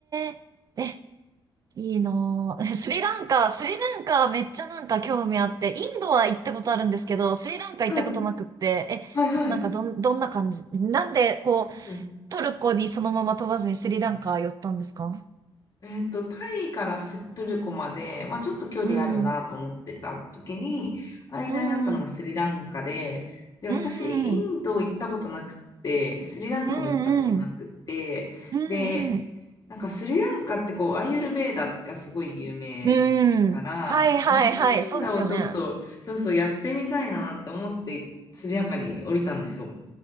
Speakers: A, on the right; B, on the left.
A: え、え、いいなぁ。<laughs> スリランカ、スリランカめっちゃなんか興味あって、インドは行ったことあるんですけど、スリランカ行ったことなくって、
B: はい
A: え、
B: はいはい。
A: なんかどん、どんな感じなんでこう、
B: うん
A: トルコにそのまま飛ばずにスリランカ寄ったんですか
B: えっと、タイからストルコまで、まあ、ちょっと距離あるなと思ってた時に間にあったのがスリランカで、
A: うん。うん。
B: で私インド行ったことなくてスリランカも行ったことなくてで
A: うん。うん。うん。うん。うん。
B: なんかスリランカってこう、アーユルヴェーダがすごい有名から、
A: うんはいはいはい。
B: アーユルヴェーダをちょっと、
A: そうですよね。
B: そうそう、やってみたいなって思って、スリランカに降りたんですよ。